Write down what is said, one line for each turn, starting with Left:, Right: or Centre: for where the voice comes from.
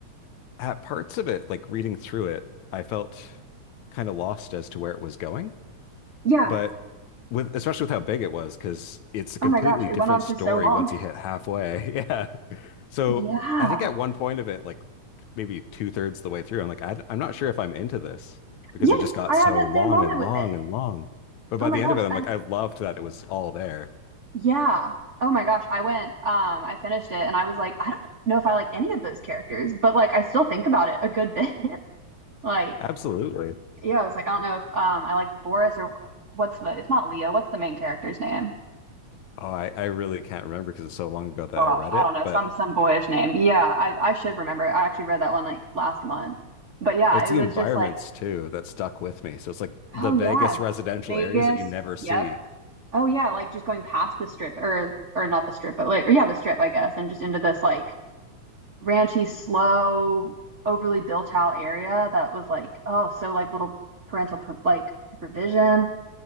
Left: At parts of it, like reading through it, I felt kind of lost as to where it was going.
Right: Yeah.
Left: But with especially with how big it was, because it's a completely
Right: Oh my gosh, it
Left: different
Right: went on
Left: story
Right: for so long.
Left: once you hit halfway. <laughs> Yeah. So
Right: Yeah.
Left: I think at one point of it, like maybe two thirds the way through, I'm like, I, I'm not sure if I'm into this because
Right: Yes,
Left: it just got
Right: I
Left: so
Right: had that
Left: long
Right: same moment
Left: and
Right: with
Left: long
Right: it.
Left: and long. But by
Right: Oh my
Left: the
Right: gosh.
Left: end of it, I'm
Right: And
Left: like, I loved that it was all there.
Right: yeah. Oh my gosh, I went, um, I finished it and I was like, I don't know if I like any of those characters, but like I still think about it a good bit. <laughs> Like,
Left: Absolutely.
Right: yeah, I was like, I don't know if um I like Boris or wh- what's the, it's not Leo, what's the main character's name?
Left: Oh, I, I really can't remember because it's so long ago that
Right: gosh,
Left: I read it,
Right: I don't know,
Left: but
Right: some some boyish name. Yeah, I I should remember. I actually read that one like last month. But yeah,
Left: but it's
Right: it
Left: the
Right: was
Left: environments
Right: just like,
Left: too that stuck with me. So it's like the
Right: oh
Left: Vegas
Right: yeah,
Left: residential
Right: Vegas.
Left: areas that you never see.
Right: Yep. Oh yeah, like just going past the strip or or not the strip, but like or yeah, the strip, I guess, and just into this like ranchy, slow, overly built out area that was like, oh, so like little parental per like supervision.